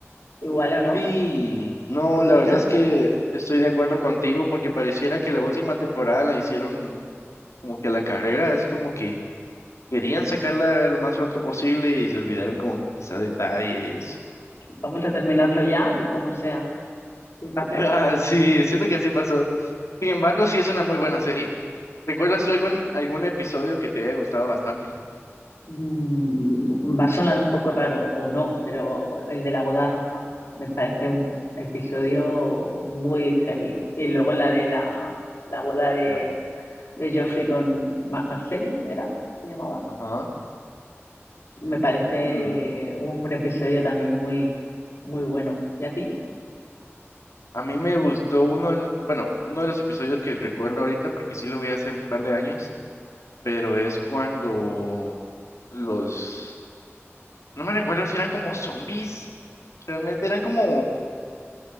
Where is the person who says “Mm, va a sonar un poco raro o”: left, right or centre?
Left